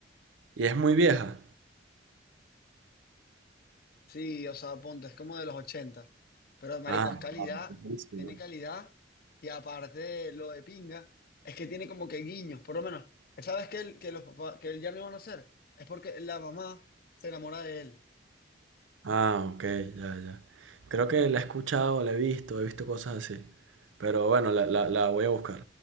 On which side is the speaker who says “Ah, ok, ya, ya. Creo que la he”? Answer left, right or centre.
Right